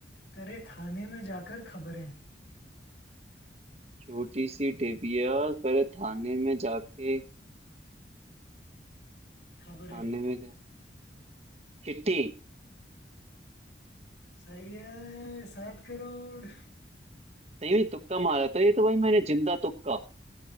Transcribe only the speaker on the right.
छोटी सी टिबिया करे थाने में जाके
थाने में जा चिट्ठी
सही में तुक्का मारा था ये तो भाई मैंने जिंदा तुक्का